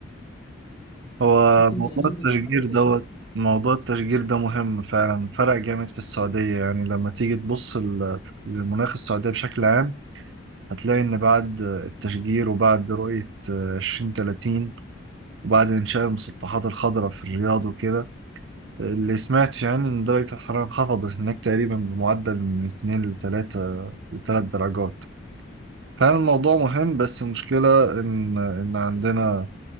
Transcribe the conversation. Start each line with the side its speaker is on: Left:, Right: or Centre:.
Right: هو
Left: شفت أنت
Right: موضوع
Left: نماذج
Right: التشجير
Left: أو حاجات زي
Right: دوت
Left: كده
Right: موضوع التشجير ده مهم فعلا فرق جامد في السعودية يعني لما تيجي تبص ل- للمناخ السعودية بشكل عام هتلاقي إن بعد التشجير وبعد رؤية 2030 وبعد إنشاء المسطحات الخضراء في الرياض وكده اللي سمعت يعني إن درجة الحرارة انخفضت هناك تقريبا بمعدل من 2 ل 3 ل 3 درجات فعلا الموضوع مهم بس المشكلة إن إن عندنا